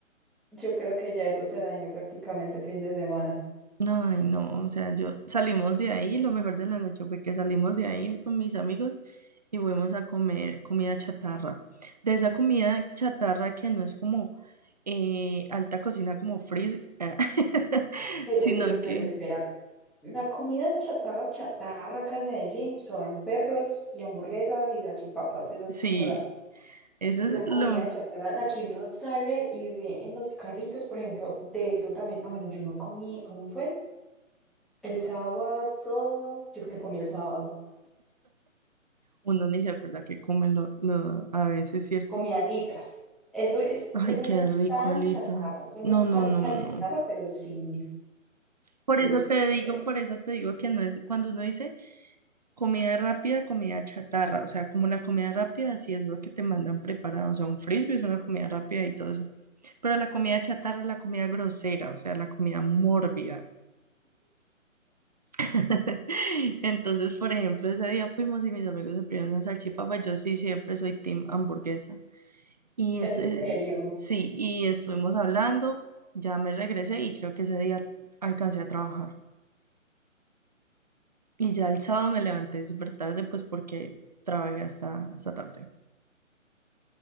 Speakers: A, in the centre; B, on the right.
A: Yo creo que ya eso te dañó prácticamente el fin de semana.
B: Ay, no, o sea, yo salimos de ahí, lo mejor de la noche fue que salimos de ahí con mis amigos y fuimos a comer comida chatarra. De esa comida chatarra que no es como eh, alta cocina como frisbee, <laughs>
A: Pero,
B: sino
A: pero, pero
B: que
A: espera, la comida chatarra, chatarra acá en Medellín son perros y hamburguesas y galchipapas. Esa es
B: sí,
A: como la
B: eso es
A: La comida
B: lo,
A: chatarra, la que uno sale y ve en los carritos, por ejemplo, de eso también. Ah, bueno, yo no comí, ¿cómo fue? El sábado, yo que comí el sábado,
B: uno ni se acuerda que comen lo, lo- a veces, ¿cierto?
A: comí alitas. Eso es,
B: Ay,
A: eso
B: qué
A: no es
B: rico,
A: tan
B: Alita.
A: chatarra, eso no
B: No,
A: es
B: no,
A: tan,
B: no,
A: tan
B: no.
A: chatarra, pero sí.
B: Por
A: Sí,
B: eso
A: es Felipe.
B: te digo, por eso te digo que no es cuando uno dice... Comida rápida, comida chatarra, o sea, como la comida rápida sí es lo que te mandan preparado, o sea, un frisbee es una comida rápida y todo eso, pero la comida chatarra es la comida grosera, o sea, la comida mórbida. <laughs> Entonces, por ejemplo, ese día fuimos y mis amigos se pidieron una salchipapa, yo sí siempre soy team hamburguesa. Y
A: ¿En
B: eso,
A: serio?
B: eh, sí, y estuvimos hablando, ya me regresé y creo que ese día alcancé a trabajar. Y ya el sábado me levanté súper tarde, pues porque trabajé hasta, hasta tarde.